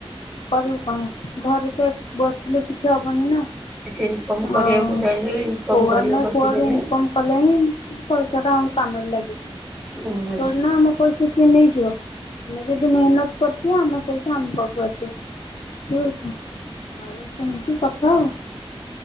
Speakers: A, on the left; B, in the centre.
A: କରିବୁ କଣ ଘରେ ତ ବସିଲେ କିଛି ହବନି ନା
B: କିଛି ଇନକମ୍ କରିବାକୁ
A: ଆଉ
B: ଚାହିଁଲେ ଇନକମ୍
A: କୁଆଡୁ
B: କରିବ
A: ନା
B: ବସିକିନି।
A: କୁଆଡୁ ଇନ୍ କମ କଲେ ହିଁ ପଇସାଟା ଆମ କାମରେ ଲାଗିବ।
B: ମୁଁ ଆଜି
A: ଥୋଡି ନା ଆମ ପଇସା କିଏ ନେଇଯିବ? ଆମେ ଯଦି ମେହନତ କରି ସିଏ ଆମ ପଇସା ଆମ ପାଖକୁ ଆସିବ। ଠିକ୍ ଅଛି। ଆଉ ସେମିତି କଥା ଆଉ।